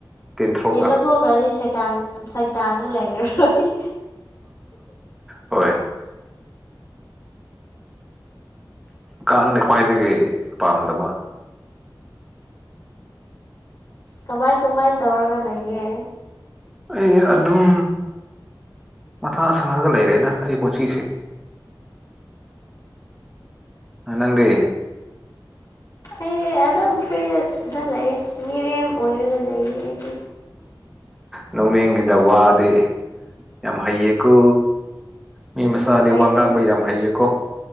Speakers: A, in the centre; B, on the left (about 45°).
A: ꯇꯦꯟꯊ꯭ꯔꯣꯛꯒ
B: ꯂꯤꯟ ꯂꯧꯊꯣꯛꯈ꯭ꯔꯗꯤ ꯁꯩꯇꯥꯟ ꯁꯥꯏꯇꯥꯟꯁꯨ ꯂꯩꯔꯔꯣꯏ꯫
A: ꯍꯣꯏ꯫ ꯀꯥꯡꯗꯤ ꯈ꯭ꯋꯥꯏꯗꯒꯤ ꯄꯥꯝꯗꯕ꯫
B: ꯀꯃꯥꯏ ꯀꯃꯥꯏ ꯇꯧꯔꯒ ꯂꯩꯒꯦ꯫
A: ꯑꯩ ꯑꯗꯨꯝ ꯃꯊꯥ ꯁꯥꯔꯒ ꯂꯩꯔꯦꯗ ꯑꯩ ꯄꯨꯟꯁꯤꯁꯦ꯫ ꯑ ꯅꯪꯗꯤ꯫
B: ꯑꯩꯗꯤ ꯑꯗꯨꯝ ꯐ꯭ꯔꯤꯗ-ꯗ ꯂꯩꯌꯦ ꯃꯤꯔꯦꯝ ꯑꯣꯏꯔꯒ ꯂꯩꯌꯦ ꯑꯩꯗꯤ꯫
A: ꯅꯣꯛꯅꯤꯡꯉꯤꯗ ꯋꯥꯗꯤ ꯌꯥꯝ ꯍꯩꯌꯦꯀꯣ꯫ ꯃꯤ
B: ꯎꯝ
A: ꯃꯆꯥꯗꯤ
B: ꯍꯩꯕꯅꯦ
A: ꯋꯥ ꯉꯥꯡꯕ ꯌꯥꯝ ꯍꯩꯌꯦꯀꯣ